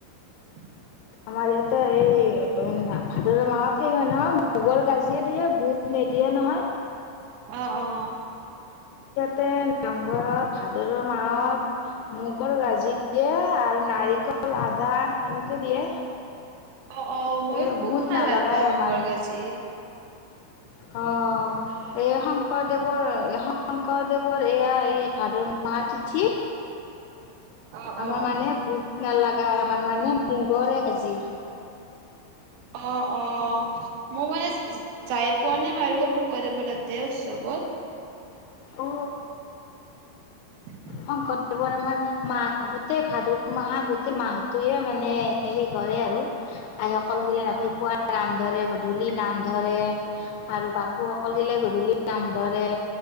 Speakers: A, on the right; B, on the left.
A: উ
B: আমাৰ ইয়াতে এই ভাদৰ মাহত সেই হয় নহয় মগৰ গাজিয়ে দিয়ে বুট নিদিয়ে নহয়
A: আহ অ
B: তে নামঘৰত ভাদৰুৰ মাহত মোগল গাজি দিয়ে আৰু নাৰিকল আদা। এনেকে দিয়ে
A: অ অ মইয়ো
B: এই
A: খুব
B: বুট
A: খাই
B: নলগাই
A: ভাল পাওঁ
B: আমাৰ।
A: মুগৰ গাজি
B: অ এই সং শংকৰদেৱৰ শংকৰদেৱৰ এয়া এই ভাদৰ মাহৰ তিথি।
A: অ
B: আমাৰ
A: অ
B: মানেহে বুত নালাগায় আমাৰ মানে মগৰ কজিৰ
A: অ অ মোৰ মানে যাই পোৱা নাই বাৰু শংকৰদেৱৰ দাদ তেওঁ চবত
B: অ।
A: <unintelligible>
B: শংকৰদেৱৰ আমাৰ মাহ গোটেই ভাদ মাহা গোটেই মাহটোয়ে মানে সেই কৰে ধ আৰু আইসকল গলে ৰাতিপুৱাই
A: অ
B: নাম ধৰে গধূলি নাম ধৰে আৰু বাপুসকল গলে গধূলি নাম ধৰে।